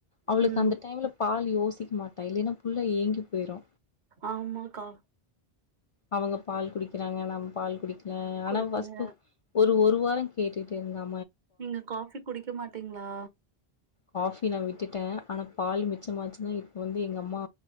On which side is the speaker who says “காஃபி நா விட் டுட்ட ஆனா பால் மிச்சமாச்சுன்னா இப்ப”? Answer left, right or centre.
Left